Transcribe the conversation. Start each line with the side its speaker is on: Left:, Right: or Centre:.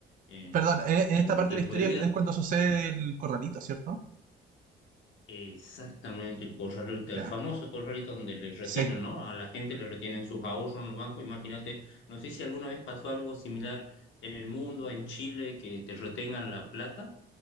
Left: en
Right: perdón, en,
Left: en
Right: en esta parte
Left: mi tiempo
Right: de la historia
Left: de vida.
Right: es cuando sucede el corralito, ¿cierto?
Left: Exactamente, el corralito, el
Right: Ya.
Left: famoso corralito donde les retienen,
Right: Sí.
Left: ¿no? A la gente le retienen sus ahorros en los bancos. Imagínate, no sé si alguna vez pasó algo similar en el mundo, en Chile, que te retengan la plata